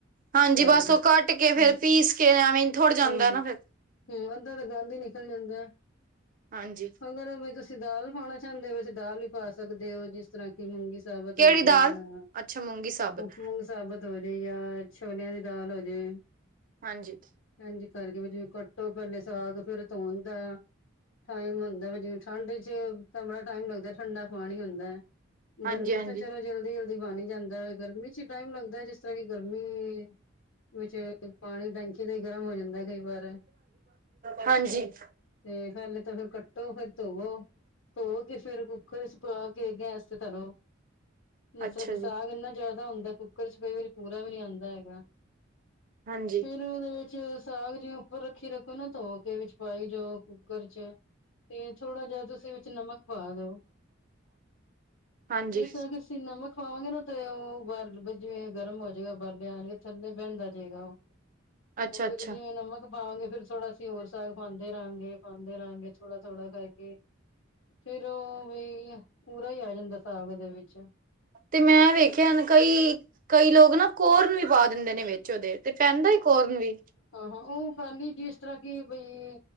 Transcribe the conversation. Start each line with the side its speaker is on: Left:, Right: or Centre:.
Right: ਹਾਂਜੀ
Left: ਸਾਗ
Right: ਬਸ ਓ ਕੱਟ ਕੇ ਫੇਰ
Left: ਹੂੰ
Right: ਪੀਸ ਕੇ ਐਵੇਂ ਈ ਥੋੜ੍ਹ ਜਾਂਦਾ
Left: ਹਾਂ
Right: ਨਾ ਫਿਰ।
Left: ਹੂੰ ਅੱਧਾ ਦਾ ਗੰਦ ਈ ਨਿਕਲ ਜਾਂਦਾ।
Right: ਹਾਂਜੀ
Left: ਅਗਰ ਵੀ ਤੁਸੀ ਦਾਲ ਪਾਣਾ ਚਾਂਦੇ ਹੋ ਦਾਲ ਈ ਪਾ ਸਕਦੇ ਹੋ ਜਿਸ ਜਦੋਂ ਤਰ੍ਹਾਂ ਕਿ ਮੂੰਗੀ ਸਾਬਤ
Right: ਕਿਹੜੀ
Left: ਹੋ ਗਈ
Right: ਦਾਲ
Left: ਆ
Right: ਅੱਛਾ ਮੂੰਗੀ ਸਾਬਤ
Left: ਮੂੰਗ ਸਾਬਤ ਹੋ ਜਾ ਈ ਆ। ਛੋਲਿਆਂ ਦੀ ਦਾਲ ਹੋ ਜੇ।
Right: ਹਾਂਜੀ
Left: ਹਾਂਜੀ ਕਰਕੇ ਵੀ ਜਿਵੇਂ ਕੱਟੋ ਪੈਲੇ ਸਾਗ ਫੇਰ ਧੋਣ ਦਾ ਟਾਈਮ ਹੁੰਦਾ ਜਿਵੇਂ ਠੰਡ 'ਚ ਤਾਂ ਬੜਾ ਟਾਈਮ ਲੱਗਦਾ ਠੰਡਾ ਪਾਣੀ ਹੁੰਦਾ।
Right: ਹਾਂਜੀ
Left: ਗਰਮੀ
Right: ਹਾਂਜੀ
Left: 'ਚ ਤਾਂ ਚਲੋ ਜਲਦੀ-ਜਲਦੀ ਬਣ ਈ ਜਾਂਦਾ ਐ ਗਰਮੀ 'ਚ ਟਾਈਮ ਲੱਗਦਾ ਐ ਜਿਸ ਤਰ੍ਹਾਂ ਕਿ ਗਰਮੀ ਵਿੱਚ ਪਾਣੀ ਟੈਂਕੀ ਤੇ ਹੀ ਗਰਮ ਹੋ ਜਾਂਦਾ ਕਈ ਵਾਰ
Right: ਹਾਂਜੀ
Left: ਤੇ ਪੈਲੇ ਤਾਂ ਫੇਰ ਕੱਟੋ ਫੇਰ ਧੋਵੋ। ਧੋ ਕੇ ਫਿਰ ਕੁੱਕਰ 'ਚ ਪਾ ਕੇ ਗੈਸ ਤੇ ਧਰੋ। ਜਿਸ
Right: ਅੱਛਾ
Left: ਤਰ੍ਹਾਂ ਕਿ
Right: ਜੀ
Left: ਸਾਗ ਇੰਨਾ ਜਾਦਾ ਹੁੰਦਾ ਕੁੱਕਰ 'ਚ ਕਈ ਵਾਰੀ ਪੂਰਾ ਵੀ ਨੀ ਆਂਦਾ ਹੈਗਾ।
Right: ਹਾਂਜੀ
Left: ਫਿਰ 'ਚ ਸਾਗ ਜਿਵੇਂ ਉੱਪਰ ਰੱਖੀ ਰੱਖੋ ਨਾ ਧੋ ਕੇ ਵਿੱਚ ਪਾਈ ਜਾਓ ਕੁਕਰ 'ਚ ਤੇ ਥੋੜ੍ਹਾ ਜਿਹਾ ਤੁਸੀ ਵਿੱਚ ਨਮਕ ਪਾ ਦਿਉ
Right: ਹਾਂਜੀ
Left: ਜਿਸ ਕਿ ਸੀ ਨਮਕ ਖਵਾਵਾਂਗੇ ਨਾ ਤੇ ਓ ਬਰ ਜਿਵੇ ਗਰਮ ਹੋ ਜਾਏਗਾ ਬਰਲੇ ਆਣਗੇ ਥੱਲੇ ਪੈਂਦਾ ਜੇਗਾ ਓ।
Right: ਅੱਛਾ-ਅੱਛਾ
Left: ਓ ਫਿਰ ਜਿਵੇਂ ਨਮਕ ਪਾਵਾਂਗੇ ਫੇਰ ਥੋੜਾ ਅਸੀਂ ਹੋਰ ਸਾਗ ਪਾਂਦ ਦੇ ਰਾਂਗੇ ਪਾਂਦੇ ਰਾਂਗੇ ਥੋੜਾ-ਥੋੜਾ ਕਰਕੇ ਫਿਰ ਓ ਵੀ ਪੂਰਾ ਈ ਆ ਜਾਂਦਾ ਸਾਗ ਇਦੇ ਵਿੱਚ
Right: ਤੇ ਮੈਂ ਵੇਖਿਆ ਹਨ ਕਈ ਕਈ ਲੋਕ ਨਾ ਕੋਰਨ ਵੀ ਪਾ ਦਿੰਦੇ ਨੇ ਵਿੱਚ ਉਦੇ ਤੇ ਪੈਂਦਾ ਕੋਰਨ ਵੀ
Left: ਹਾਹਾ ਹਾਂ ਓ ਖਾਂਦੀ ਜਿਸ ਤਰ੍ਹਾਂ ਕਿ ਬਈ